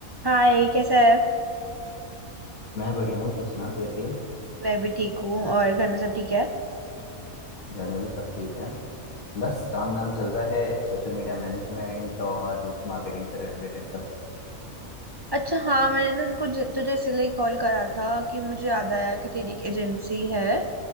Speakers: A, on the right; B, on the left.
A: हाय कैसा है
B: मैं बढ़िया हूँ तू सुना तू कैसी है
A: मैं भी ठीक हूँ और घर में सब ठीक है
B: घर में भी सब ठीक है बस काम धाम चल रहा है सोशल मीडिया मैनेजमेंट और मार्केटिंग से रिलेटेड सब
A: अच्छा हाँ मैंने ना कुछ तुझे इसलिए कॉल करा था कि मुझे याद आया कि तेरी एक एजेंसी है